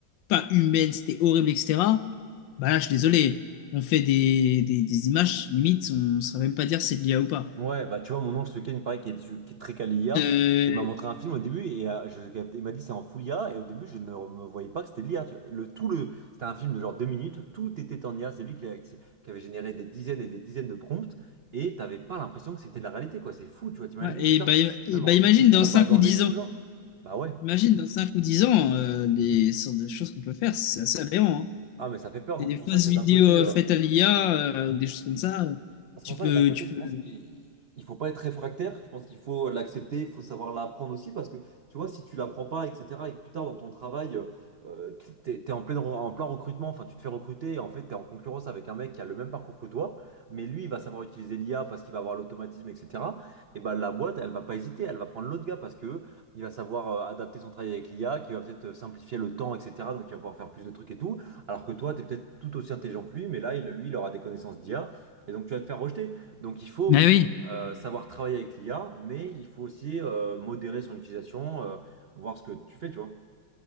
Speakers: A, on the left (about 80°); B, on the right (about 75°).
A: pas humaines, c'était horrible, etc. Bah là, je suis désolé, on fait des, des, des images, limite, on ne saurait même pas dire si c'est de l'IA ou pas.
B: Ouais, bah tu vois, mon oncle ce week-end, il paraît qu'il est, qui est très calé IA.
A: Euh,
B: Il m'a montré un film au début et euh, je capte- il m'a dit c'est en full IA. Et au début, je ne me voyais pas que c'était de l'IA. tu vois. Le, tout le, c'était un film de genre deux minutes, tout était en IA. C'est lui qui, a- qui, qui avait généré des dizaines et des dizaines de prompts et t'avais pas l'impression que c'était de la réalité, quoi. C'est fou, tu vois. T'imagines
A: ouais, et
B: plus tard,
A: bah, et
B: même
A: bah,
B: en
A: imagine
B: outil de propagande
A: dans 5 ou 10
B: et tout,
A: ans,
B: genre, bah ouais.
A: imagine dans 5 ou 10 ans, euh, les sortes de choses qu'on peut faire, c'est assez aberrant. hein.
B: Ah, mais ça fait peur.
A: des,
B: Donc
A: des
B: c'est pour
A: fausses
B: ça que
A: vidéos
B: d'un côté.
A: euh,
B: euh,
A: faites à l'IA euh, ou des choses comme ça, euh,
B: C'est
A: tu
B: pour ça
A: peux,
B: que d'un côté,
A: tu
B: je pense
A: peux.
B: qu'il il faut pas être réfractaire. Je pense qu'il faut l'accepter, il faut savoir l'apprendre aussi. Parce que, tu vois, si tu l'apprends pas, etc., et que plus tard dans ton travail, euh, t'es, t'es en plein, en plein recrutement, enfin, tu te fais recruter, et en fait, t'es en concurrence avec un mec qui a le même parcours que toi, mais lui, il va savoir utiliser l'IA parce qu'il va avoir l'automatisme, etc. Et ben, la boîte, elle va pas hésiter, elle va prendre l'autre gars parce que il va savoir euh, adapter son travail avec l'IA, qui va peut-être euh, simplifier le temps, etc. Donc, il va pouvoir faire plus de trucs et tout. Alors que toi, tu es peut-être tout aussi intelligent que lui, mais là, il- lui, il aura des connaissances d'IA. Et donc tu vas te faire rejeter. Donc il faut
A: Mais oui,
B: euh, savoir travailler avec l'IA, mais il faut aussi euh, modérer son utilisation, euh, voir ce que tu fais, tu vois.